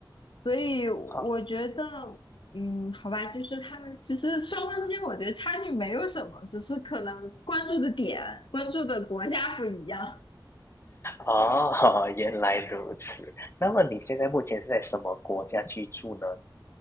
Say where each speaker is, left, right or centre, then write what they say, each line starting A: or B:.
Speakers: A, on the left; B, on the left.
A: 所以我觉得，
B: 好，
A: 嗯，好吧，就是他们其实双方之间，我觉得差距没有什么，只是可能关注的点、关注的国家不一样。
B: 哦，<laughs> 原来如此。那么你现在目前是在什么国家居住呢？